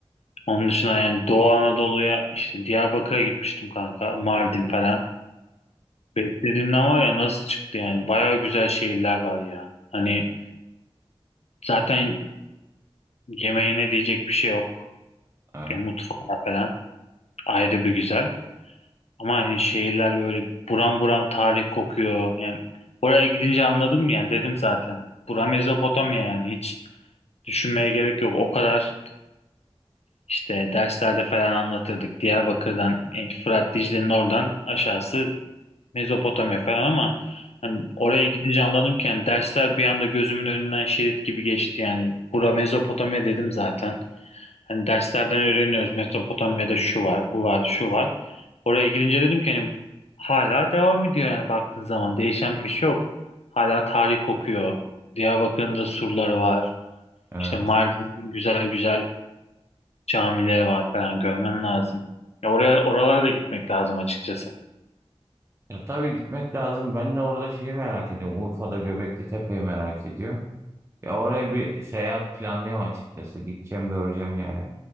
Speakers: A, on the left; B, on the right.
A: Onun dışında yani Doğu Anadolu'ya işte Diyarbakır'a gitmiştim kanka. Mardin falan. Beklediğimden var ya nasıl çıktı yani. Baya güzel şehirler var ya. Hani zaten yemeğine diyecek bir şey yok.
B: Evet.
A: Ya mutfağı falan ayrı bir güzel. Ama hani şehirler böyle buram buram tarih kokuyor. Yani oraya gidince anladım yani dedim zaten. Bura Mezopotamya yani hiç düşünmeye gerek yok. O kadar işte derslerde falan anlatırdık. Diyarbakır'dan, yani Fırat Dicle'nin oradan aşağısı Mezopotamya falan ama hani oraya gidince anladım ki yani dersler bir anda gözümün önünden şerit gibi geçti yani. Bura Mezopotamya dedim zaten. Hani derslerden öğreniyoruz Mezopotamya'da şu var, bu var, şu var. Oraya gidince dedim ki hani hala devam ediyor yani baktığın zaman değişen bir şey yok. Hala tarih kokuyor. Diyarbakır'ın da surları var.
B: Evet.
A: İşte Mardin'in güzel güzel camileri var falan görmen lazım. Ya oraya oralara da gitmek lazım açıkçası.
B: Ya tabii gitmek lazım. Ben de orada şeyi merak ediyorum. Urfa'da Göbekli Tepe'yi merak ediyorum. Ya oraya bir seyahat planlıyorum açıkçası. Gideceğim göreceğim yani.